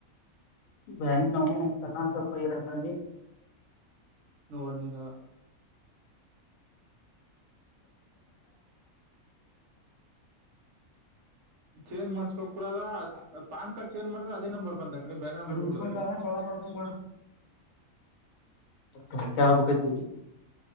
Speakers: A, on the left; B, on the right.
A: ಬ್ಯಾಂಕ್ ನನ್ ಎಂತನಸಪ್ಪ ಇರಲ್ಲಿ
B: ನೋಡ್ನಿಲ್ಲ ಚೇಂಜ್ ಮಾಡ್ಸ್ಬೇಕಕ್ ಕೂಡಲ್ಲ ಪಾನ್ ಕಾರ್ಡ್ ಚೇಂಜ್ ಮಾಡ್ರೆ ಅದೇ ನಂಬರ್ ಬಂದಾಕನಿ ಬೇರೆ ನಂಬರ್
A: ಬರಿ ಉಟ್ಕೊಂಡ
B: ಬಂದಬಕನಿ
A: ಸೊಳ್ಳ ಮಾಡ್ಕೊಂಡ್ ಕಬಕ ಹ